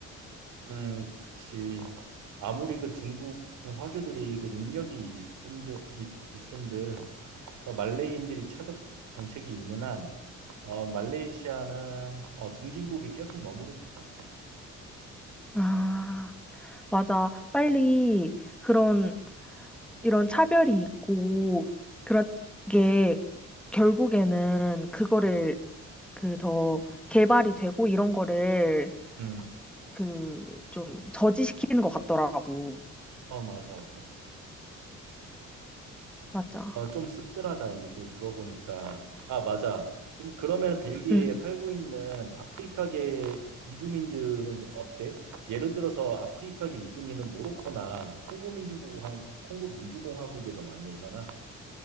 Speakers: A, on the right; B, in the centre.
A: 음, 그치. 아무리 그 중국 화교들이 그 능력이 있은들, 있, 있은들 어, 말레이인들이 차벽 정책이 있는 한 어, 말레이시아는 어, 중진국이 계속 머무를 것 같아.
B: 아 맞아 빨리 그런 이런 차별이 있고 그런 게 결국에는 그거를 그 더 개발이 되고 이런 거를
A: 음,
B: 그 좀 저지시키는 것 같더라고.
A: 어, 맞아.
B: 맞아.
A: 어, 좀 씁쓸하다 이 얘기를 들어보니까. 아, 맞아. 그럼 그러면 벨기에에
B: 응,
A: 살고 있는 아프리카계 이주민들은 좀 어때? 예를 들어서 아프리카계 이주민은 모로코나 콩고 민주공화국, 콩고 민주공화국에서 많이 오잖아.